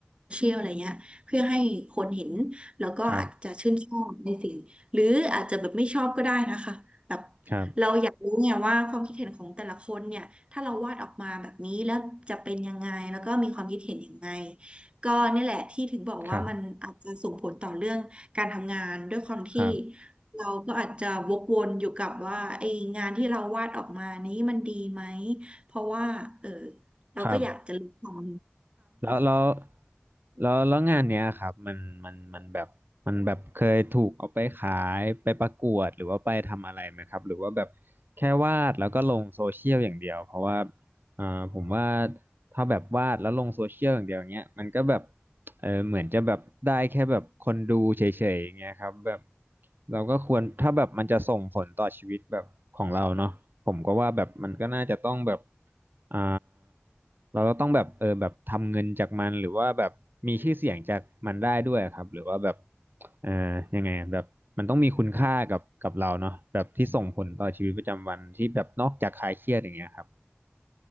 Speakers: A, on the right (about 25°); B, on the right (about 55°).
A: เชียลอะไรเงี้ยเพื่อให้คนเห็นแล้วก็อาจจะชื่นชอบในสิ่งหรืออาจจะแบบไม่ชอบก็ได้นะคะแบบ
B: ครับครับ
A: เราอยากรู้ไงว่าความคิดเห็นของแต่ละคนเนี่ยถ้าเราวาดออกมาแบบนี้แล้วจะเป็นยังไงแล้วก็มีความคิดเห็นยังไงก็นี่แหละที่ถึงบอกว่ามันอาจจะส่งผลต่อเรื่องการทำงานด้วยความที่
B: ครับครับ
A: เราก็อาจจะวกวนอยู่กับว่าไอ้งานที่เราวาดออกมานี้มันดีไหมเพราะว่าเออเราก็อยากจะรู้ของ
B: ครับ แล้วแล้วแล้วแล้วงานเนี้ยครับมันมันมันแบบมันแบบเคยถูกเอาไปขายไปประกวดหรือว่าไปทำอะไรไหมครับหรือว่าแบบแค่วาดแล้วก็ลงโซเชียลอย่างเดียวเพราะว่าอ่าผมว่าถ้าแบบวาดแล้วลงโซเชียลอย่างเดียวเนี้ยมันก็แบบเออเหมือนจะแบบได้แค่แบบคนดูเฉยๆอย่างเงี้ยครับแบบเราก็ควรถ้าแบบมันจะส่งผลต่อชีวิตแบบของเราเนาะผมก็ว่าแบบมันก็น่าจะต้องแบบอ่า เราก็ต้องแบบเออแบบทำเงินจากมันหรือว่าแบบมีชื่อเสียงจากมันได้ด้วยครับหรือว่าแบบเออยังไงอะแบบมันต้องมีคุณค่ากับกับเราเนาะแบบที่ส่งผลต่อชีวิตประจำวันที่แบบนอกจากคลายเครียดอย่างเงี้ยครับ